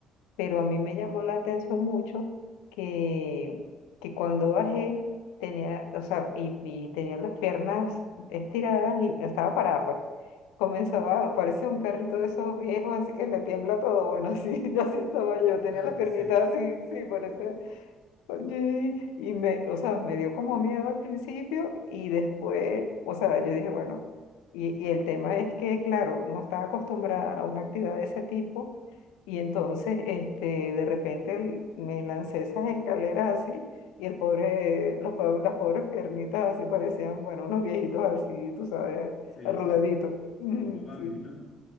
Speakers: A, on the left (about 75°); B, on the left (about 50°).
A: pero a mí me llamó la atención mucho que, que cuando bajé tenía, o sea, y, y tenía las piernas estiradas y estaba parada, pues. Comenzaba, a parecer un carrito de esos viejos, así que le tiembla todo. Bueno, <laughs> así, así estaba yo, tenía
B: ah,
A: las piernitas
B: sí,
A: así, sí, por eso y, y me, o sea, me dio como miedo al principio y después, o sea, yo dije, bueno, y, y el tema es que, claro, no estaba acostumbrada a una actividad de ese tipo y entonces, este, de repente el- me lancé esas escaleras así y el pobre, los, po- las pobres piernitas así parecían, bueno, unos viejitos así, tú sabes,
B: sí,
A: arrugaditos.
B: sí, sí.
A: <laughs> Ujú,
B: Como Bambi,
A: Sí.
B: ¿no?